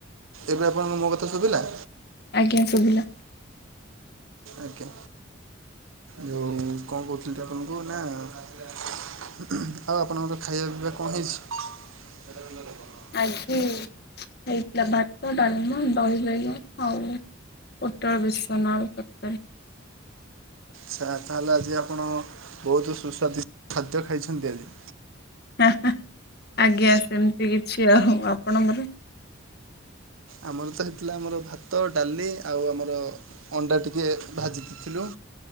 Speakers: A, on the right; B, on the left.
A: ଏବେ ଆପଣଙ୍କୁ ମୋ କଥା ସୁବିଲା?
B: ଆଜ୍ଞା ସୁଭିଲା।
A: ଆଜ୍ଞା ଯଉ କଣ କହୁଥିଲିତ ଆପଣଙ୍କୁ ନା ଆଉ ଆପଣଙ୍କର ଖାଇବା ପିଇବା କଣ ହେଇଛି? <inaudible>
B: ଆଜି ହେଇଥିଲା ଭାତ ଡାଲମା ଦହି ବାଇଗଣ ଆଉ ପୋଟଳ ବେସନ ଆଳୁ ତରକାରି।
A: ଛା ତାହେଲେ ଆଜି ଆପଣ ବହୁତୁ ସୁସ୍ୱାଦି <unintelligible> ଖାଦ୍ୟ ଖାଇଛନ୍ତି ଆଜି।
B: ହା-ହା ଆଜ୍ଞା ସେମିତି କିଛି ଆଉ ଆପଣଙ୍କର?
A: ଆମର ତ ହେଇଥିଲା ଆମର ଭାତ ଡାଲି ଆଉ ଆମର ଅଣ୍ଡା ଟିକେ ଭାଜି ଦେଇଥିଲୁ।